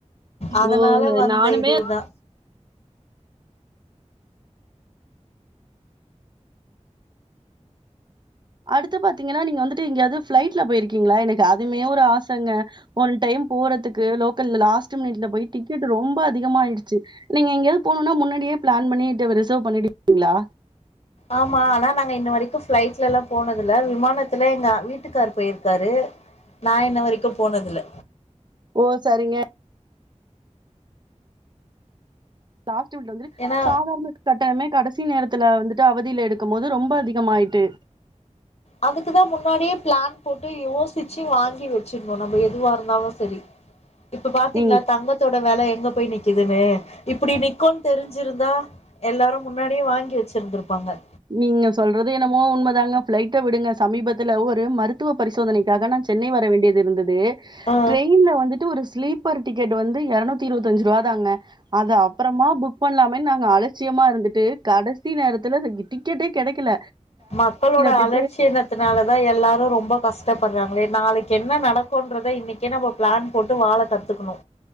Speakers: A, on the left; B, on the right.
A: அதனால
B: ஓ
A: வந்த
B: நானுமே
A: இது தா
B: அடுத்து பாத்தீங்கன்னா நீங்க வந்துட்டு எங்கயாது ஃப்ளைட்ல போய்ருக்கீங்களா எனக்கு அதுமே ஒரு ஆசங்க ஒன் டைம் போறதுக்கு லோக்கல்ல லாஸ்ட் மினிட்ல போய் டிக்கெட் ரொம்ப அதிகமாயிடுச்சு நீங்க எங்கயாது போணுன்னா முன்னாடியே பிளான் பண்ணிட்டு ரிசர்வ் பண்ணிடுவீங்களா
A: ஆமா அனா நாங்க இன்ன வரைக்கு ஃப்ளைட்ல்லலா போனதில்ல விமானத்துல எங்க வீட்டுக்காரு போய்ருக்காரு நா இன்ன வரைக்கு போனதில்ல
B: ஓ சரிங்க லாஸ்ட மினிட்ல வந்து
A: ஏன்னா
B: சாதாரண கட்டணமே கடைசி நேரத்துல வந்துட்டு அவதில எடுக்கு போது ரொம்ப அதிகமாய்ட்டு
A: அதுக்கு தா முன்னாடியே பிளான் போட்டு யோசிச்சு வாங்கி வெச்சிடுணு நம்ம எதுவா இருந்தாலு செரி இப்ப பாத்தீங்களா
B: நீங்க
A: தங்க த்தோட வெல எங்க போய் நிக்குதுன்னு இப்டி நிக்குன்னு தெரிஞ்சிருந்தா எல்லாரு முன்னாடியே வாங்கி வெச்சிருந்திருப்பாங்க
B: நீங்க சொல்றது என்னமோ உண்ம தாங்க ஃப்ளைட்ட விடுங்க சமீபத்துல ஒரு மரு த்துவ பரிசோதனைக்காக நா சென்னை வர வேண்டியது இருந்தது
A: ஆ
B: ட்ரெயின்ல வந்துட்டு ஒரு ஸ்லீப் அப்பர் டிக்கெட் வந்து இருநூத்தி இருவத்தஞ்சு ரூவா தாங்க அது அப்புறமா புக் பண்ணலாமேன் நாங்க அலட்சியமா இருந்துட்டு கடைசி நேரத்துல இந்த டிக்கெட்டே கெடைக்கல
A: மக்களோட
B: போய்
A: அலட்சிய த்துனால தா எல்லாரு ரொம்ப கஷ்டப்படுறாங்களே நாளைக்கு என்ன நடக்குன்றத இன்னைக்கே நம்ம பிளான் போட்டு வாழ கத்துக்கணு